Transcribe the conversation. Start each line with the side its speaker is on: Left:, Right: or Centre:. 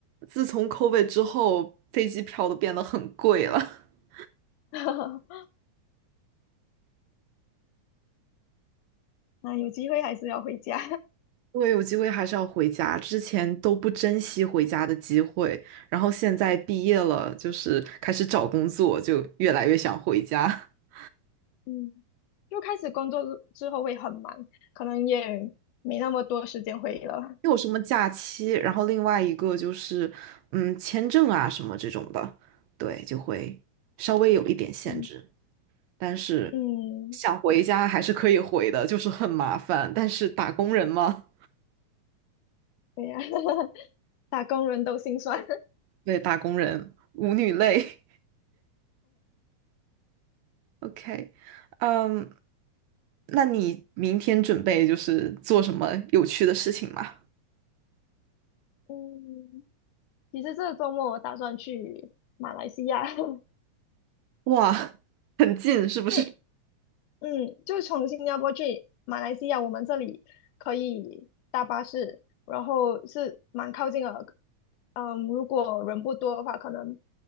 Right: 自从 COVID 之后，飞机票都变得很贵了。<laughs>
Left: <laughs> 那有机会还是要回家，
Right: 对，有机会还是要回家，之前都不珍惜回家的机会，然后现在毕业了，就是开始找工作，就越来越想回家。<laughs>
Left: <laughs> 嗯。又开始工作之后会很忙，可能也没那么多时间回忆了。
Right: 没有什么假期，然后另外一个就是，嗯，签证啊什么这种的，对，就会稍微有一点限制，
Left: 嗯
Right: 但是
Left: 嗯，
Right: 想回家还是可以回的，就是很麻烦，但是打工人嘛，
Left: 对呀、<laughs> 打工人都心酸。<laughs>
Right: 对，打工人，舞女泪。<laughs> OK，嗯。那你明天准备就是做什么有趣的事情吗？
Left: 嗯，其实这个周末我打算去马来西亚，<laughs>
Right: 哇，很近是不是？
Left: 诶，嗯，就从新加坡去马来西亚，我们这里可以搭巴士，然后是蛮靠近的。嗯，如果人不多的话，可能